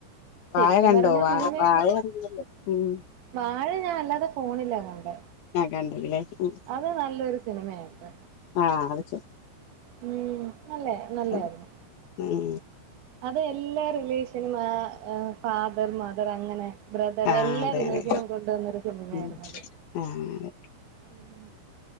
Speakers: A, on the left; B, on the right.
A: വാഴ
B: ശരിക്കും
A: കണ്ടോ
B: പറഞ്ഞ
A: വാ
B: സിനിമയൊക്കെ
A: വാഴ കണ്ടല്ലോ ഉം
B: പാ അത് ഞാൻ അല്ലാതെ ഫോണിലാ കണ്ടേ
A: ആഹ് കണ്ടതല്ലേ ഉം
B: അത് നല്ലൊരു സിനിമയാണ്
A: ആഹ് അത്ച്ച്
B: ഉം നല്ലാ നല്ലയാരുന്നു
A: ശരി ഉം
B: അത് എല്ലാ റിലേഷനും ആഹ് ആഹ് ഫാദർ മദർ അങ്ങനെ ബ്രദറ്
A: ആഹ്
B: എല്ലാ
A: അതെ
B: റിലേഷനും
A: അതെ
B: കൊണ്ടുവന്നൊരു സിനിമയാരുന്നു
A: ഉം ആഹ് അങ്ങനെ
B: ഉം